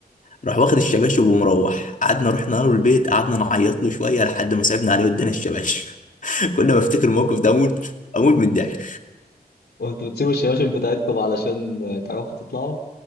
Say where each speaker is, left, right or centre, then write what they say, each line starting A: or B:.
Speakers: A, on the left; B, on the left.
A: راح واخد الشباشب ومروح قعدنا رحنا له البيت قعدنا نعيط له شويه لحد ما صعبنا عليه وادانا الشباشب <laughs> كل ما افتكر <laughs> الموقف ده اموت اموت من الضحك
B: وأنتوا بتسيبوا الشباشب بتاعتكم علشان تعرفوا تطلعوا؟